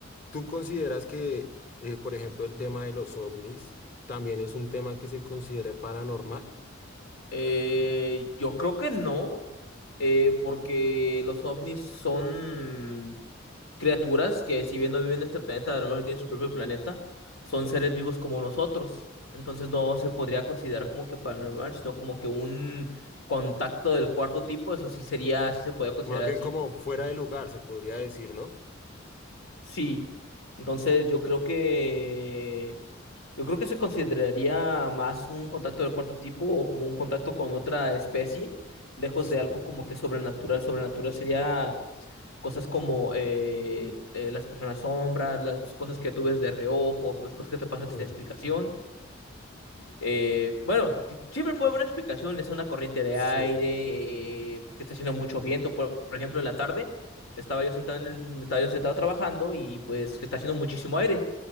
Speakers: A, on the left; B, on the left.
A: ¿Tú consideras que, eh, por ejemplo, el tema de los ovnis también es un tema que se considere paranormal?
B: Eh, yo creo que no. eh, porque los ovnis son criaturas que si bien no viven en este planeta, a lo mejor tienen su propio planeta, son seres vivos como nosotros. Entonces no se podría considerar como que paranormal, sino como que un contacto del cuarto tipo, eso sí sería, sí se podría considerar
A: Más bien
B: así.
A: como fuera de lugar, se podría decir, ¿no?
B: Sí. Entonces yo creo que yo creo que se consideraría más un contacto del cuarto tipo o como un contacto con otra especie, lejos
A: Sí,
B: de algo como que sobrenatural. Sobrenatural sería Cosas como eh, eh, las personas sombras, las cosas que tú ves de reojo, las cosas que te pasan
A: en-
B: sin explicación. Eh, bueno, ti- siempre puede haber una explicación, es una corriente de
A: sí,
B: aire, eh, que está haciendo mucho viento. Por, por ejemplo, en la tarde estaba yo sentado, en el- estaba yo sentado trabajando y pues que está haciendo muchísimo aire.